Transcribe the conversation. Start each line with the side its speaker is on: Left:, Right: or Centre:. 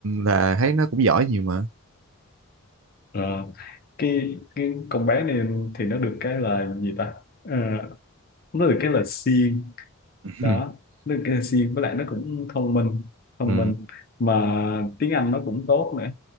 Right: là thấy nó cũng giỏi nhiều mà
Left: ừ cái cái con bé này thì nó được cái là gì ta Ờ, nó được cái là siêng
Right: <laughs>
Left: đó nó được cái là siêng với lại nó cũng thông minh thông
Right: ừ
Left: minh mà tiếng Anh nó cũng tốt nữa